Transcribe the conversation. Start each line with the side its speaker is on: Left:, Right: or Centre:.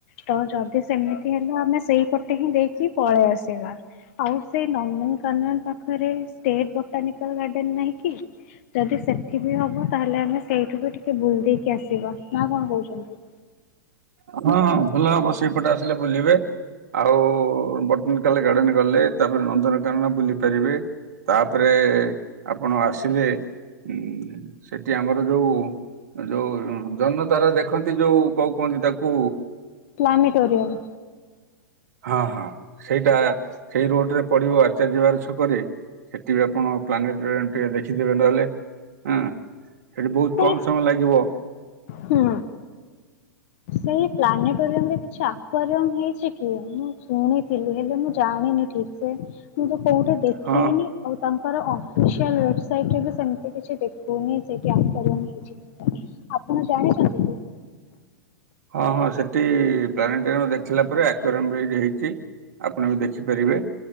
Left: ତ ଯଦି ସେମିତି ହେଲା ଆମେ ସେଇ ପଟେ ହିଁ ଦେଇକି ପଳେଇ ଆସିବା। ଆଉ ସେ ନନ୍ଦନକାନନ ପାଖରେ ସେ ବଟାନିକାଲ ଗାର୍ଡେନ ନାହିଁ କି? ଯଦି ସେଠି ବି ହବ ତାହେଲେ ଆମେ ସେଇଠୁ ବି ଟିକେ ବୁଲ ଦେଇେଇକି ଆସିବା ନା କଣ କହୁଛନ୍ତି।
Right: ହଁ ହଁ ଭଲ ହବ ସେଇପଟେ ଆସିଲେ ବୁଲିବେ। ଆଉ ବଟାନିକାଲ ଗାର୍ଡେନ ଗଲେ ତାପରେ ନନ୍ଦନକାନନ ବୁଲି ପାରିବେ। ତାପରେ ଆପଣ ଆସିଲେ ଉ ସେଠି ଆମର ଯୋଉ ଯୋଉ ଜନ ତାରା ଦେଖନ୍ତି ଯୋଉ କୋଉ କୁହନ୍ତି ତାକୁ
Left: ପ୍ଲାନିଟୋରିୟମ୍।
Right: ହଁ ହଁ ସେଇଟା ସେଇ ରୋଡରେ ପଡିବ ଆଚାର୍ଜ ବିହାର ଛକରେ। ସେଠି ବି ଆପଣ ପ୍ଲାନିଟରିଅମ୍ ଟିକେ ଦେଖିଦେବେ ନହେଲେ ହଁ। ସେଠି ବହୁତ
Left: ସେଇ
Right: କମ ସମୟ ଲାଗିବ।
Left: ହୁଁ। ସେଇ ପ୍ଲାନେଟୋରିୟମରେ କିଛି ଏକ୍ୱାରିଅମ୍ ହେଇଛି କି ମୁଁ ଶୁଣିଥିଲି ହେଲେ ମୁଁ ଜାଣିନି ଠିକ ସେ ମୁଁ ତ କୋଉଠି ଦେଖେଇନି।
Right: ହଁ
Left: ଆଉ ତାଙ୍କର ଅଫିସିଆଲ ୱେବସାଇଟରେ ବି ସେମିତି କିଛି ଦେଖୁନି ସେଇଠି ଏକ୍ୱାରିଅମ ହେଇଚି। ଆପଣ ଜାଣିଛନ୍ତି କି?
Right: ହଁ ହଁ ସେଠି ପ୍ଲାନିଟୋରିଅମ୍ ଦେଖିଲା ପରେ ଆକ୍ୱାରିଅମ୍ ବି ହେଇଯାଇଛି। ଆପଣ ବି ଦେଖିପାରିବେ।